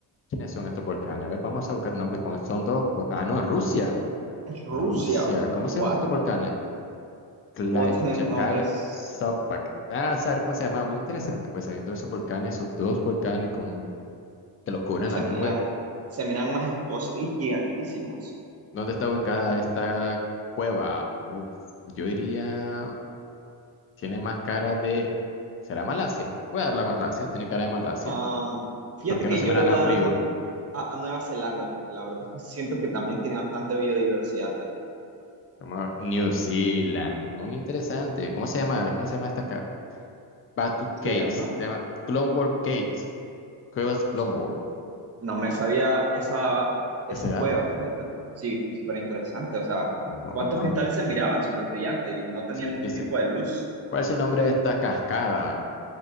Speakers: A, on the left; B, on the right.
A: ¿Quiénes son estos volcanes? A ver, vamos a buscar nombres con... Son dos... vol- Ah, no, Rusia.
B: es Rusia.
A: Rusia. ¿Cómo
B: ¿What?
A: se llaman estos volcanes? Klaichevskaya
B: O <laughs> tienen un nombre, s-
A: Sopak. Ah, saber cómo se llama. Muy interesante. Pues sabiendo esos volcanes, esos dos volcanes con... que los cubren
B: se
A: las
B: miran,
A: nubes.
B: se miran majestuosos y gigantísimos.
A: ¿Dónde está ubicada esta cueva? Uf, yo diría... Tiene más cara de... ¿Será Malasia? Voy a darle a Malasia. Tiene cara de Malasia.
B: Um, fíjate
A: Porque
B: que
A: no se
B: yo
A: me da
B: le voy
A: nada
B: a dar
A: frío.
B: a, a, a Nueva Zelanda, porque la verdad es que siento que también tiene bastante biodiversidad ahí.
A: Vamos a ver, New Zealand. Muy interesante. ¿Cómo se llama? ¿Cómo se llama esta acá? Batu Caves.
B: Se llama.
A: Se llama Clone World Caves. Cuevas Clone
B: Sup-
A: World.
B: No me sabía esa, esa
A: Este dato.
B: cueva, fíjate. Sí, súper interesante. O sea,
A: Vamos,
B: ¿cuántos
A: vamos,
B: cristales
A: vamos.
B: se miraban? Súper brillante y no tenían
A: Sí,
B: ningún
A: dice.
B: tipo de luz.
A: ¿Cuál es el nombre de esta cascada?